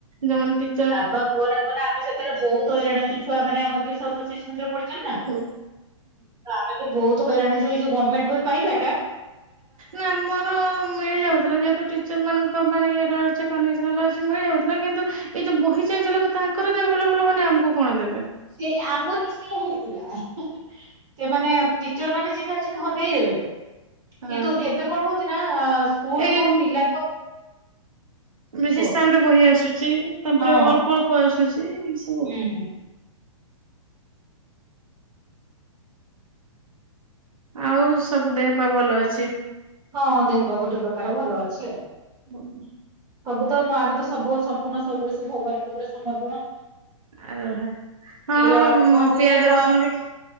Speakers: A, on the right; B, on the right.
A: ଦୋଅନ୍ତି,।
B: ବାବା କୁହନା କୁହନା ଆମର ସେତେବେଳେ ବହୁତ ହଇରାଣ ହେଇଛୁ, ଛୁଆ ମାନେ ଆମର ସ ସ ଶିଶୁ ମନ୍ଦିର ପଢୁଛନ୍ତି ନା।
A: ଉଁ।
B: ଆମେ ବି ବହୁତ ହଇରାଣ ହେଇଛୁ, ଏଇ ଯୋଉ ଗମେଣ୍ଟ ବସ୍ ପାଇବା ଟା
A: ନା ଆମର ମିଳିଯାଉଥିଲା, ଯେହେତୁ ଟିଚର୍ ମାନଙ୍କ ମାନେ ଇଏର <unintelligible> ମିଳି ଯାଉଥିଲା କିନ୍ତୁ ଏଇ ଯୋଉ ବହି ଚେଞ୍ଜ ହେଲାକୁ ତାଙ୍କର ତ ଏଭେଲେବୁଲ୍ ହଉନି, ଆମକୁ କଣ ଦେବେ?
B: ସିଏ ଆମର ବି ସେଇୟା ହେଇଥିଲା, ସେ ମାନେ ଟିର୍ଚର ମାନେ ଚିହ୍ନା ହଁ, ଦେଇଦେବେ।
A: ହଁ
B: କିନ୍ତୁ, ଏବେ କଣ ହଉଚି ନା, ସ୍କୁଲକୁ
A: ଏଇ
B: ପିଲାକୁ
A: ବେଶୀ
B: କୁହ
A: ହିସାବରେ ବହି ଆସୁଛି, ତାପରେ
B: ହଁ
A: ଅଳ୍ପ ଅଳ୍ପ ଆସୁଛି, ଏ ସବୁ ଆଉ।
B: ହୁଁ।
A: ଆଉ ସବୁ ଦେହ ପା ଭଲ ଅଛି?
B: ହଁ, ଦେହ ପା ଗୋଟେ ପ୍ରକାର ଭଲ ଅଛି ଆଉ।
A: <unintelligible>
B: ସବୁ ତ ଆମେ ତ ସବୁ ସମ୍ପୂର୍ଣ୍ଣ ସବୁବେଳେ ସେ ଭଗବାନଙ୍କ ଉପରେ ସମର୍ପଣ।
A: ଆଉ ଓହୋ
B: ସେଇ
A: ହଁ,
B: ଆମେ ଭାବୁ
A: ପିଆଜ
B: ଯେ ହଁ
A: ରସୁଣ
B: ଆମେ
A: ବି